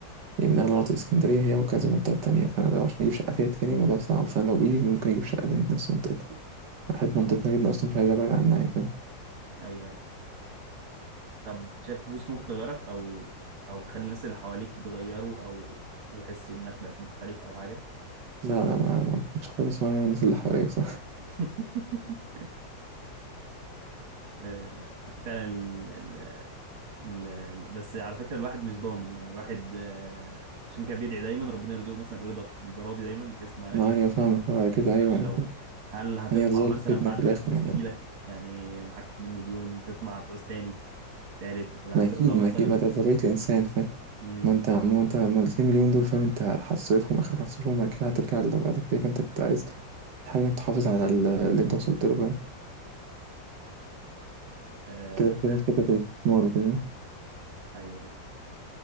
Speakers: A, on the right (about 70°); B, on the right (about 85°).
A: يعني من أغلى مناطق اسكندرية هي وكذا منطقة تانية فأنا لو عشان أجيب شقة فيها تاني الموضوع صعب فأنا لو بإيدي ممكن أجيب شقة تانية في نفس منطقتنا أنا بحب
B: آه.
A: منطقتنا جدا أصلا مش عايز أبعد عنها يعني فاهم
B: ايوه ايوه طب شايف الفلوس ممكن تغيرك او او تخلي الناس اللي حواليك يتغيروا او يحسوا انك بقت مختلف او حاجه
A: لا لا ما ما أعتقدش خالص وأنا الناس اللي حواليا بصراحة
B: <laughs> آه، فعلا ال- ال- بس على فكرة الواحد مش ضامن يعني الواحد آه، عشان كده بيدعي دايما ربنا يرزقه مثلا رضا يبقى راضي دايما بحيث
A: <laughs>
B: ما
A: ما
B: ايه
A: أيوة فاهمك بعد
B: ما
A: كده
B: يتغيرش
A: أيوة أيوة
B: لو هل هتطمع
A: يعني هتظل
B: مثلا
A: فتنة
B: بعد
A: في الآخر
B: ما الفلوس
A: يعني
B: تيجي لك يعني معاك 2 مليون تطمع تعوز تاني تالت ولا
A: ما
B: هترضى
A: أكيد
B: مثلا
A: ما أكيد ما ده طبيعة الإنسان فاهم
B: امم
A: ما
B: بالظبط
A: انت ما انت ما الاتنين مليون دول فاهم انت هتصرفهم اخرك هتصرفهم بعد كده هترجع لطبيعتك تاني فانت
B: مم.
A: بت- عايز تحاول انك تحافظ على ال- اللي انت وصلت له فاهم
B: آه
A: كده كده فكرة الاستثمار وكده
B: ايوه ايوه